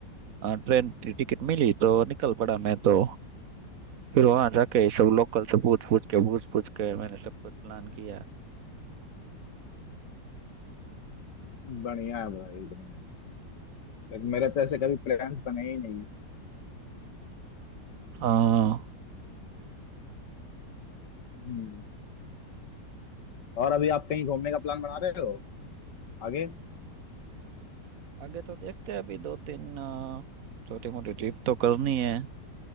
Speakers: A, on the right; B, on the left.
A: अ, ट्रेन की टिकट मिली तो निकल पड़ा मैं तो फिर वहां जाके सब लोकल से पूछ पूछ के पूछ पूछ के मैंने सब कुछ प्लान किया
B: बढ़िया है भाई बढ़िया है। लेकिन मेरे तो ऐसे कभी फ्रेंड्स बने ही नहीं
A: हाँ
B: हम्म और अभी आप कहीं घूमने का प्लान बना रहे हो आगे
A: आगे तो देखते हैं अभी दो तीन अ, छोटी मोटी ट्रिप तो करनी है